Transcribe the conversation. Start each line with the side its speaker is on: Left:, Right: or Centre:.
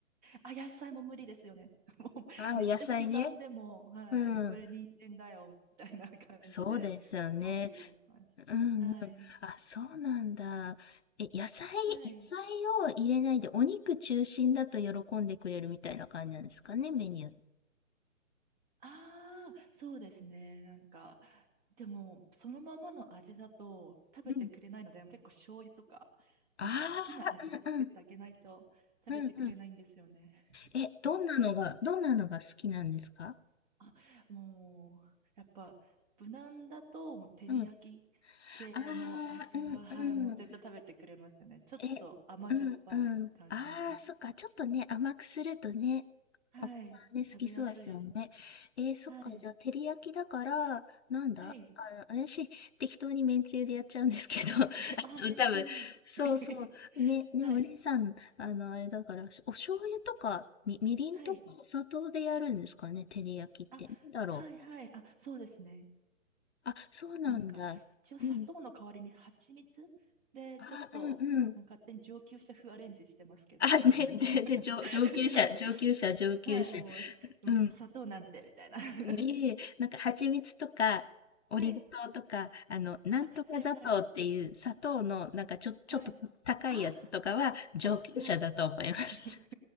Right: あ、野菜も無理ですよね。<laughs> もう、
Left: ああ、
Right: めっちゃ刻んでも、
Left: 野菜ね。
Right: はい。
Left: うん。
Right: もう、これ、人参だよ、みたいな感じで、
Left: そうですよね。
Right: 文句言われます。
Left: うんうん。
Right: はい。
Left: あ、そうなんだ。え、野菜、
Right: はい。
Left: 野菜を入れないで、お肉中心だと喜んでくれるみたいな感じなんですかね、メニュー。
Right: ああ、そうですね。なんか、でも、そのままの味だと食べてくれないので、
Left: うん。
Right: 結構醤油とか、なんか好きな味で作ってあげないと食べてくれないんですよね。
Left: ああ、うんうん。うんうん。え、どんなのが、
Right: もう
Left: どんなのが好きなんですか
Right: あ、もう、やっぱ、無難だと、もう、照り焼き系の味は、
Left: うん。ああ、うんうん。
Right: はい、もう絶対食べてくれますよね。ちょっと甘じょっぱい感じの。
Left: え、うんうん。ああ、そっか。ちょっとね、甘くするとね、
Right: はい、
Left: お子さんね、好きそうですよね。
Right: 食べやすい。
Left: えー、そっか。
Right: はい。
Left: じゃあ、照り焼きだから、なんだあの、
Right: はい。
Left: 私、適当にめんつゆでやっちゃうんですけど、<laughs> あ
Right: <laughs> あ、
Left: の多分、
Right: めんつゆいい。
Left: そうそう。
Right: <laughs>
Left: ね、でも、
Right: はい。
Left: レイさん、あの、あれだから、お醤油とか、み、みりんとか、
Right: はい。
Left: お砂糖でやるんですかね、照り焼きって。
Right: あ、
Left: なんだろう。
Right: はいはい。あ、そうですね。
Left: あ、そうなんだ。
Right: なんか、一応砂糖の代わりに蜂蜜で、
Left: うん。あ、
Right: ちょっと、
Left: うんうん。
Right: もう勝手に上級者風アレンジしてますけど。
Left: あ、ね、
Right: <laughs>
Left: 全然上、上級者、
Right: ちょっと、
Left: 上級者、上級者。
Right: はい、もう、でも砂糖なんて、
Left: うん。
Right: みたいな。<laughs>
Left: いえいえ、なんか蜂蜜とか、
Right: はい。
Left: オリゴ糖とか、あの、なんとか砂糖っていう砂糖の、
Right: あ、はいはい。
Left: なんかちょ、ちょっと高いやつとかは上級者だと思います。
Right: はい。あ、あ、はい。<laughs>